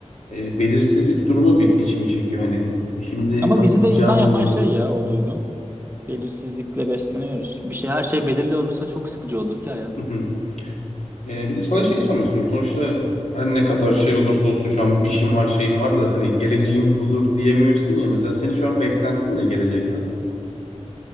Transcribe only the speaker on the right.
ama
bizi de insan yapan
şey ya o duygu. Belirsizlikle besleniyoruz. Bir şey her şey belirli olursa çok sıkıcı olur ki hayat.